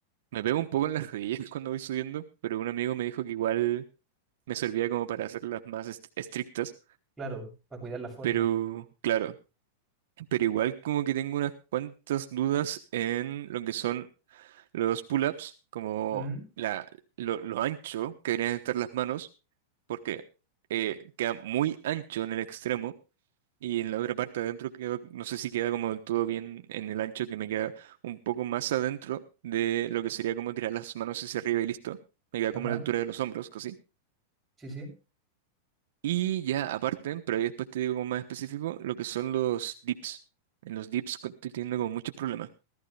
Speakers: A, on the right; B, in the centre.
A: Me pego un poco en las rodillas <laughs> cuando voy subiendo, pero un amigo me dijo que igual me servía como para hacerlas más est- estrictas.
B: claro, para cuidar la forma.
A: Pero, claro, pero igual como que tengo unas cuantas dudas en lo que son los pull-ups, como
B: Mm,
A: la, lo, lo ancho que deberían estar las manos porque eh, queda muy ancho en el extremo y en la otra parte adentro queda, no sé si queda como del todo bien en el ancho, que me queda un poco más adentro de lo que sería como tirar las manos hacia arriba y listo. Me queda
B: Ajá,
A: como a la altura de los hombros, casi.
B: sí, sí.
A: Y ya aparte, pero ahí después te digo como más específico, lo que son los dips. En los dips co- estoy teniendo como muchos problemas.